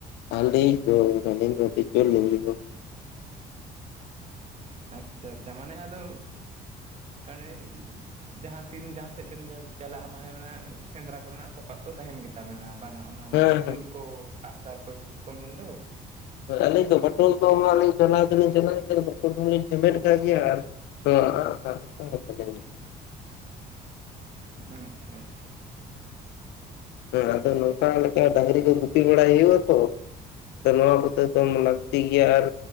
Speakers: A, on the left; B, on the right.
A: ᱟᱞᱤᱧ ᱫᱚ ᱫᱟᱞᱤᱧ ᱟᱰᱤ ᱡᱩᱨ ᱜᱮᱞᱮᱧ ᱡᱩᱞᱩᱝᱼᱟ
B: ᱟᱪᱪᱷᱟ ᱟᱪᱪᱷᱟ ᱢᱟᱱᱮ ᱟᱫᱚ <unintelligible> ᱟᱱᱮ ᱡᱟᱦᱟᱸ ᱛᱤᱱ ᱡᱟᱦᱟᱸᱥᱮᱫ ᱵᱮᱱ ᱪᱟᱞᱟᱜᱼᱟ ᱢᱟᱱᱮ ᱚᱱᱟ ᱥᱮᱸᱫᱽᱨᱟ ᱠᱚᱨᱮᱱᱟᱜ ᱥᱟᱯᱟᱵ ᱫᱚ ᱛᱟᱦᱮᱱ ᱜᱮᱛᱟᱵᱮᱱᱟ ᱵᱟᱝᱟ ᱚᱱᱟ
A: ᱦᱮᱸ
B: ᱵᱟᱹᱴᱩᱞ ᱠᱚ ᱟᱜ ᱥᱟᱨ ᱠᱚ ᱪᱮᱫ ᱠᱚᱠᱚ ᱢᱮᱱ ᱫᱚ
A: ᱟᱞᱤᱧ ᱫᱚ ᱵᱴᱚᱞ ᱠᱚ ᱢᱟ ᱞᱤᱧ ᱪᱟᱞᱳ ᱪᱟᱞᱟᱜ ᱠᱟᱱᱟ ᱵᱟᱴᱚᱞ ᱠᱚᱦᱚ ᱞᱤᱧ ᱴᱷᱮᱢᱮᱫ ᱠᱟᱜ ᱜᱮᱭᱟ ᱟᱨ ᱛᱚ ᱟᱸᱜ ᱥᱟᱨ <unintelligible>
B: ᱟᱪᱪᱷᱟ ᱟᱪᱪᱷᱟ
A: ᱦᱮᱸ ᱟᱫᱚ ᱱᱚᱝᱠᱟ ᱞᱮᱠᱟ ᱰᱟᱝᱨᱤ ᱠᱚ ᱜᱩᱯᱤ ᱵᱟᱲᱟᱭ ᱦᱩᱭᱩᱜᱼᱟ ᱛᱚ ᱟᱫᱚ ᱱᱚᱶᱟ ᱠᱚᱛᱮᱫᱚᱢ ᱞᱟᱹᱠᱛᱤ ᱜᱮᱭᱟ ᱟᱨ?